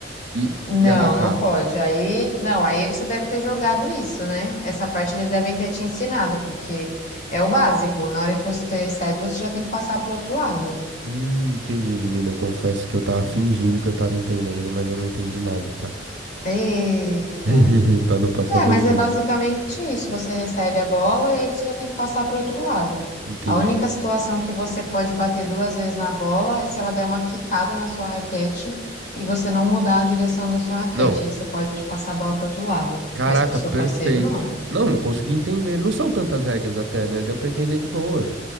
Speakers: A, on the right; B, on the left.
A: e,
B: Não,
A: e atacar.
B: não pode. Aí, não, aí você deve ter jogado isso, né? Essa parte eles devem ter te ensinado, porque é o básico. Na hora que você recebe, você já tem que passar pro outro lado.
A: Hum, entendi, menina. Eu confesso que eu tava fingindo que eu tava entendendo, mas eu não entendi nada, tá?
B: Eita.
A: <laughs> Pra não passar
B: É,
A: vergonha.
B: mas é basicamente isso. Você recebe a bola e aí você já tem que passar para o outro lado.
A: Entendi.
B: A única situação que você pode bater duas vezes na bola é se ela der uma quicada na sua raquete e você não mudar a direção da sua raquete.
A: Não,
B: Aí você pode passar a bola para o outro lado,
A: caraca,
B: mas para o seu
A: perfeito.
B: parceiro não.
A: Não, não consegui entender. Não são tantas regras até, né? Deu pra entender de boa.